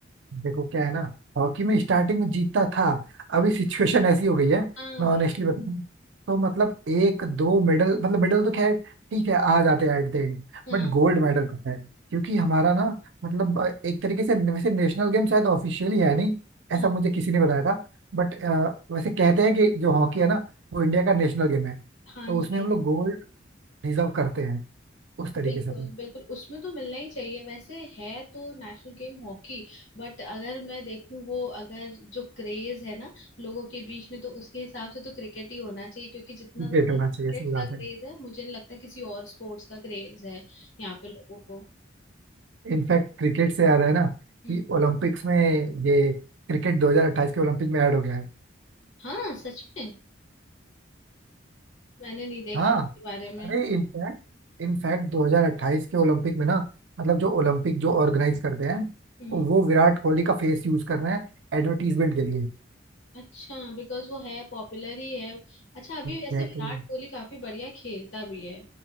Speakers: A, on the right (about 70°); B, on the left (about 75°).
A: देखो क्या है ना हॉकी में स्टार्टिंग में जीतता था अभी सिचुएशन ऐसी हो गई है
B: हाँ
A: मैं ऑनेस्टली बताऊं तो मतलब एक दो मेडल मतलब मेडल तो खैर ठीक है आ जाते हैं at the end
B: हाँ
A: But gold medal पता है क्योंकि हमारा ना मतलब अ, एक तरीके से वैसे नेशनल गेम शायद ऑफिशियली है नहीं
B: हाँ
A: ऐसा मुझे किसी ने बताया था बट वैसे कहते हैं कि जो हॉकी है ना वो इंडिया का नेशनल गेम है तो
B: हाँ जी
A: उसमें हम लोग गोल्ड डिजर्व करते हैं उस तरीके
B: बिल्कुल
A: से तो
B: बिल्कुल उसमें तो मिलना ही चाहिए वैसे है तो नेशनल गेम हॉकी बट अगर मैं देखूं वो अगर जो क्रेज है ना लोगों के बीच में तो उसके हिसाब से तो क्रिकेट ही होना चाहिए क्योंकि जितना
A: क्रिकेट
B: ज्यादा
A: होना
B: क्रिकेट
A: चाहिए सही बात
B: का क्रेज
A: है
B: है मुझे नहीं लगता किसी और स्पोर्ट्स का क्रेज है यहाँ पे लोगों को
A: इनफैक्ट क्रिकेट से याद है ना
B: हम्म
A: कि ओलंपिक्स में ये क्रिकेट 2028 के ओलंपिक में ऐड हो गया है
B: हाँ सच में मैंने नहीं देखा
A: हाँ
B: इसके बारे में
A: अरे इनफैक्ट इनफैक्ट 2028 के ओलंपिक में ना मतलब जो ओलंपिक जो ऑर्गेनाइज करते हैं
B: हम्म
A: वो विराट कोहली का फेस यूज कर रहे हैं एडवर्टीजमेंट के लिए
B: अच्छा बिकॉज वो है पॉपुलर ही है अच्छा अभी
A: एग्जैक्टली
B: वैसे विराट कोहली काफी बढ़िया खेलता भी है